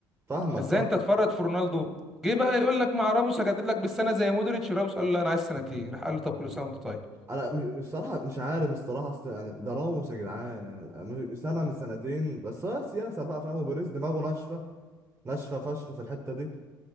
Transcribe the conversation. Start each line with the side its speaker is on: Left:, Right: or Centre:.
Right: فاهمك
Centre: فازاي
Right: فاهم
Centre: انت تفرط في رونالدو جه بقى يقول لك مع راموس هجدد لك بالسنه زي مودريتش راموس قال له لا انا عايز سنتين راح قال له طب كل سنه وانت طيب
Right: انا م- الصراحة مش عارف الصراحة اصل يعني ده راموس يا جدعان يعني سنة من سنتين بس هو سياسة بقى فاهم وبيريز دماغه ناشفة ناشفة فشخ في الحتة دي